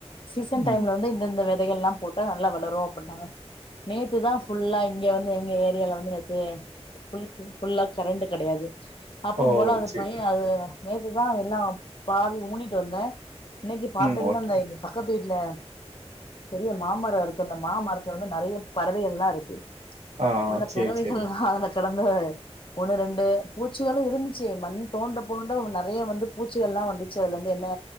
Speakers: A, on the left; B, on the right.
A: சீசன் டைம்ல
B: ம்
A: வந்து இந்த இந்த வெ தைகள்லா போட்டா நல்லா வளரு அப்டின்னாங்க நேத்துதா ஃபுல்லா இங்க வந்து எங்க ஏரியால வந்து நேத்து ஃபுல் க்கு ஃபுல்லா கரண்டு கெடையாது அப்பம்
B: ஓ
A: போல அது
B: சேரி
A: பைய அது நேத்துதா எல்லா பாதி ஊனிட்டு வந்தே இன்னக்கி பாத்தீங்னா
B: ம் ஓகே
A: இந்த இங்க பக்கத் து வீட்ல பெரிய மாமரோ இருக்கு அந்த மாமரத்துல வந்து நெறைய பறவைகள்லா இருக்கு
B: ஆ
A: அந்த
B: சேரி
A: பறவைகள்லா
B: சேரி
A: அத உங்கள ஒண்ணு ரெண்டு பூச்சிகளு இருந்துச்சு மண் தோண்டத்தோண்ட நறையா வந்து பூச்சிகள் எல்லா வந்துச்சு அதுல இருந்து என்ன